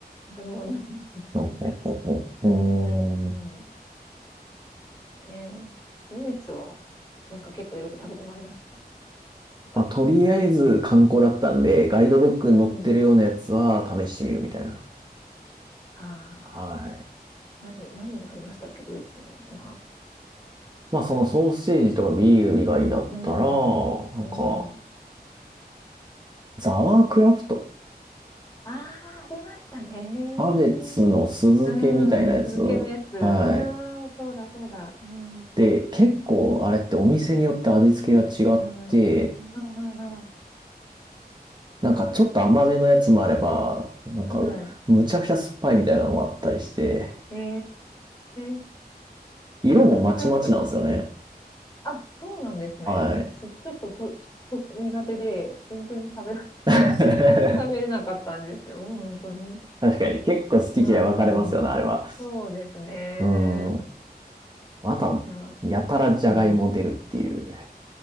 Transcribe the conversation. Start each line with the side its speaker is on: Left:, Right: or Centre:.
Left: でも <laughs> そんな感じで。
Right: ほうほうほうほううーん
Left: うん。ねえドイツは、なんか結構いろいろ食べてまいりました。他に。
Right: まあ、とりあえず観光だったんで、ガイドブックに載ってるようなやつは試してみるみたいな。
Left: うん。ああ、
Right: はい。
Left: 何、何がありましたっけ、ドイツのご飯。
Right: まあ、そのソーセージとかビール以外だったら、
Left: うん。
Right: な
Left: うん。
Right: んか、ザワークラフト。
Left: ああ、ありましたね。
Right: キャベツの酢漬けみたいなやつ。
Left: うん。続けのやつ。うん。
Right: はい。
Left: そうだ、そうだ。うん。
Right: で、結構あれってお店によって味付けが違って、
Left: うん。うんうんうんうん
Right: なんかちょっと甘めのやつもあれば、
Left: ちょっと、
Right: なんかむちゃくちゃ酸っぱいみたいなのがあったりして、
Left: はい。ええー、
Right: 色もまちまちなんですよね。
Left: ダークラフト。あ、そうなんですね。
Right: はい。
Left: すちょっとと、ちょっと苦手で、全然食べ、<laughs>
Right: <laughs>
Left: 食べれなかったんですよ。本当に。
Right: 確かに。結構好き嫌い分かれますよね、
Left: うん。
Right: あれは。
Left: そうですね。
Right: うーん。あとは、
Left: じゃあ、
Right: やたらじゃがいも出るっていう。
Left: うん。